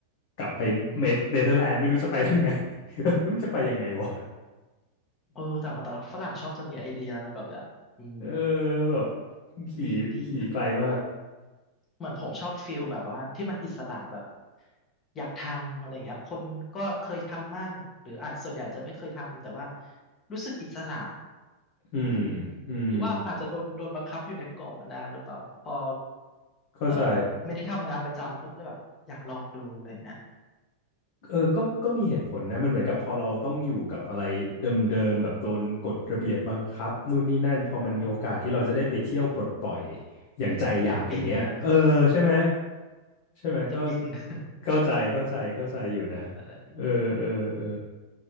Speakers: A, on the left; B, on the left.
A: กลับไปเมเนเธอร์แลนด์ไม่รู้จะไปทางไหน
B: อืมอืม
A: <laughs> มันจะไปยังไงวะ
B: เออแต่ว่าแต่ว่าฝรั่งชอบจะมีไอเดียอะไรแบบเนี้ยอืม
A: เออแบบขี่ขี่ไกลมาก
B: ดีดี เหมือนผมชอบฟิลแบบว่าที่มันอิสระแบบอยากทำอะไรเงี้ยคนก็เคยทำมั่งหรืออาจส่วนใหญ่จะไม่เคยทำแต่ว่ารู้สึกอิสระ
A: อืม
B: อืม
A: อืม
B: หรือว่าอาจจะโดนโดนบังคับอยู่ในกรอบมานานหรือเปล่าพอ
A: เข้าใจ
B: เอ่อไม่ได้ทำงานประจำก็เลยแบบอยากลองดูอะไรเงี้ย
A: เออก็ก็มีเหตุผลนะมันเหมือนกับพอเราต้องอยู่กับอะไรเดิมๆแบบโดนกฎระเบียบบังคับนู่นนี่นั่นพอมันมีโอกาสที่เราจะได้ไปเที่ยวปลดปล่อย
B: ใช่
A: อย่างใจอยากอย่างเงี้ยเออใช่ไหม
B: อยากบินนะ
A: ใช่ไหมก็
B: จะบิน <laughs>
A: เข้าใจเข้าใจเข้าใจอยู่นะ
B: ใช่
A: เออเออเออ